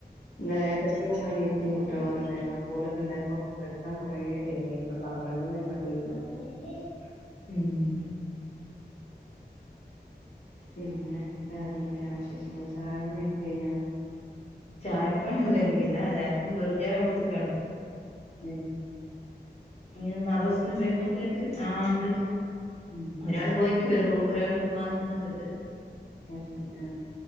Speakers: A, on the left; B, on the left.
A: ന്നലെ ഏട്ടത്തിയും അനിയ. ത്തിം കുട്ടിയളൊക്കെണ്ടായിനു. അപ്പോലൊക്കെണ്ടായപ്പോ കെടക്കാൻ കൊറേ ടൈം ആയി. പന്ത്രണ്ട് മണിയങ്ങാണ്ട് ആയി.
B: <inaudible> ഉം
A: പിന്നെ വേറെന്തക്കാണ് വിശേഷങ്ങൾ, ചായകുടിക്കെ കഴിഞ്ഞാ.
B: ചായപ്പണിയൊന്നും കഴിഞ്ഞിട്ടില്ല. എല്ലാർക്കും വെറും ചായ കൊടുത്തിക്കാണ്.
A: ഉം
B: ഞ് മദർസ്ന്ന് വെരുമ്പഴത്തേക്ക് ആണ്ട്
A: ഉം
B: ഒരാള് പോയി. ക്ക് ഒരു ഒരാള് പോവാനിന്ന്ക്ണ്ട്.
A: അയ് ശരി ആ.